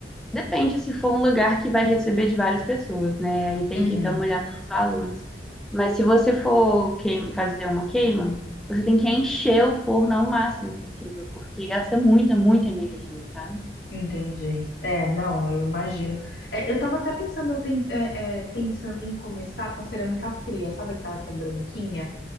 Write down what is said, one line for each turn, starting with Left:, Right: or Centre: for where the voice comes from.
Centre: depende se for um lugar que vai receber de várias pessoas, né? Aí tem
Left: Uhum,
Centre: que dar uma olhada nos valores. Mas se você for queim- fazer uma queima, você tem que encher o forno ao máximo possível, porque gasta muita, muita energia, sabe?
Left: entendi. É, não, eu imagino. É, eu tava até pensando, eu pen- é, é, pensando em começar com a cerâmica fria, sabe aquela que é branquinha?